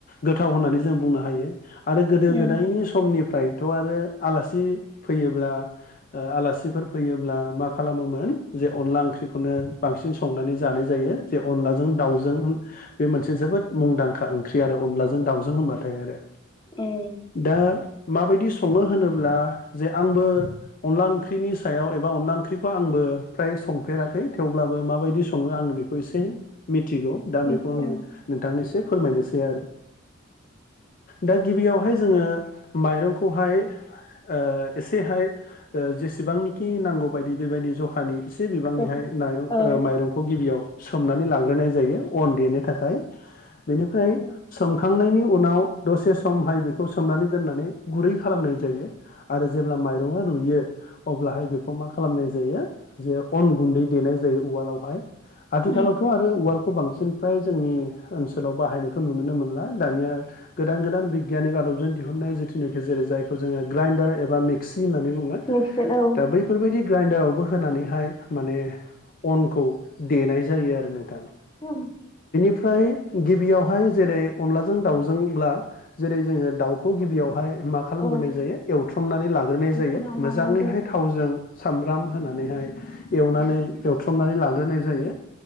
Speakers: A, on the left; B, on the left.
A: गोथाव होननानै जों बुंनो हायो। आरो गोदो
B: उम
A: गोदायनि समनि फ्रायथ' आरो आलासि फैयोब्ला ओ आलासिफोर फैयोब्ला मा खालामोमोन जे अनला ओंख्रिखौनो बांसिन संनानै जानाय जायो जे अनलाजों दाउजों बे मोनसे जोबोद मुंदांखा ओंख्रि आरो अनलाजों दाउजों होनबाथाय आरो।
B: उम
A: दा माबायदि सङो होनोब्ला जे आंबो अनला ओंख्रिनि सायाव एबा अनला ख्रिखौ आंबो फ्राय संफेराखै थेवब्लाबो माबायदि सङो आङो बेखौ एसे मि थिगौ दा
B: मिथियो
A: बेखौ आङो नोंथांनि एसे फोरमायनोसै आरो। दा गिबियावहाय जोङो माइरंखौहाय ओ एसेहाय जेसेबांनिखि नांगौ बायदि बेबायदि जखानि एसे बिबांनिहाय
B: औ
A: माइरं
B: औ
A: ओ माइरंखौ गिबियाव सोमनानै लाग्रोनाय जायो अन देनो थाखाय बेनिफ्राय
B: उम
A: सोमखांनायनि उनाव दसे समहाय बेखौ सोमनानै दोननानै गुरै खालामनाय जायो। आरो जेब्ला माइरंआ रुयो अब्लाहाय बेखौ मा खालामनाय जायो जे अन गुन्दै देनाय जायो उवालावहाय आथिखालावथ'
B: उम
A: आरो उवाल खौ बांसिन फ्राय जोंनि ओनसोलाव बाहायनायखौ नुनो मोनला दानिया गोदान गोदान बिगियाननि आदबजों दिहुननाय जिथुनाखि जेरै जायखौ जोङो ग्राइडार एबा मिक्सि होननानै बुङो
B: मिथिगोन औ
A: दा बै ग्राइडारावबो होनानैहाय माने अनखौ देनाय जायो आरो नोंथां।
B: <inaudible>
A: फ्राय गिबियावहाय जेरै अनलाजों दाउजोंब्ला जेरै जोङो दाउखौ गिबियाव हाय मा खालामग्रोनाय
B: औ
A: जायो एवथ्रमनानै लाग्रोनाय
B: बुथुमना
A: जायो
B: लाग्रा
A: मोजाङैहाय थावजों सामब्राम होनानैहाय एवनानै एवथ्रमनानै लाग्रोनाय जायो।